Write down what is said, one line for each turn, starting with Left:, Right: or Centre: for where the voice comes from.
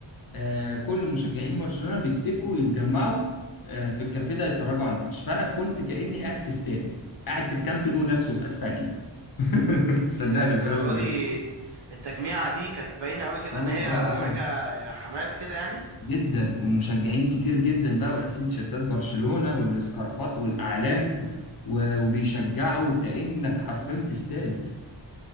Left: آه كل مشجعين برشلونة بيتفقوا يتجمعوا آه في الكافيه ده يتفرجوا على الماتش فانا كنت كأني قاعد في استاد قاعد في الكامب نو نفسه في اسبانيا <laughs> صدقني
Right: ايه ده للدرجه
Left: بكلامك بجد.
Right: دي التجميعه دي كانت باينه قوي كده
Left: اه اه
Right: ان هي
Left: اه
Right: حاجه حماس كده يعني
Left: جدا ومشجعين كتير جدا بقى ولابسين تيشيرتات برشلونة والسكارفات والأعلام و- وبيشجعوا كأنك حرفيا في استاد